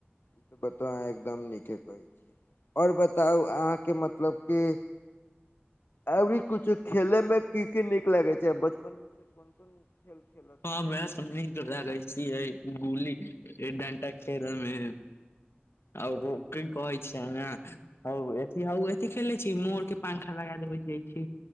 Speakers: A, on the left (about 65°); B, on the left (about 80°).
A: ई तऽ बतबा अहां एकदम नीके कहे छी। आओर बताउ अहाँके मतलब कि अबरि कुछो खेलैय मे की-की नीक लगै छै बचपन मे से कोन-कोन खेल खेलत
B: <unintelligible> गुली डंटा खेलऽ मे। आउ ओ की कहै छै ने हऊ एथि हऊ ऐथि खेलने छी मोर के पंख लगा देबै जाइ छी।